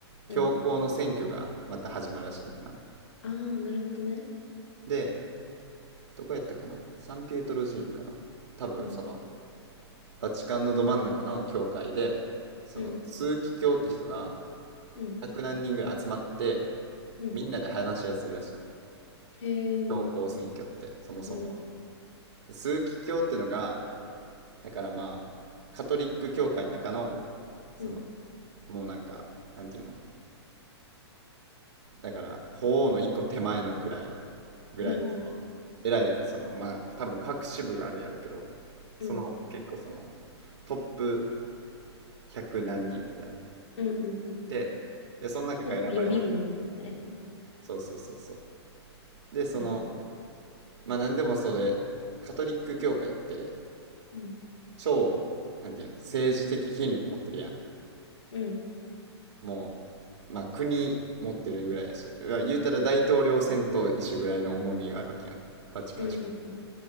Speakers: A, on the left; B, on the right.
A: うん
B: 教皇の選挙がまた始まるらしいねんな。
A: ああー、なるほどね。
B: で、どこやったかなサンピエトロ寺院かな多分その、
A: うん、
B: バチカンのど真ん中の教会で、その、
A: うん、
B: 枢機卿って人が、
A: うん、
B: 100何人ぐらい集まって、
A: うん。
B: みんなで話し合いするらしい。
A: へえ、
B: 教皇選挙って、そもそも。
A: うん、
B: で、枢機卿ってのが、だからまあ、カトリック教会の中の、その、
A: うん、
B: もうなんか、なんていうのだから法皇の一個手前のくらいぐらいのその偉いそのまあ多分各支部があるんやろうけど
A: うん、
B: その結構その
A: うん、
B: トップ100何人みたいな
A: うん、うん、うん。
B: ででその中から選ばれる
A: トップ予備軍みたいなね。
B: そうそうそうそうでその
A: うん
B: まあ何でもそれカトリック教会って
A: うん、
B: 超なんていうの政治的権力持ってるやん
A: うん、
B: もうまあ国持ってるぐらいやしいや言うたら大統領選と一緒ぐらいの重みがあるわけやんバチカン市
A: うん、うん、う